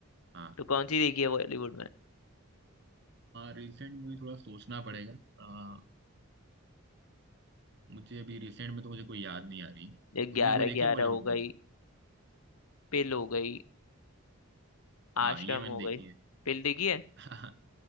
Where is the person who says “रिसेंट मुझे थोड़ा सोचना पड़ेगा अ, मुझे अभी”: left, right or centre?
Right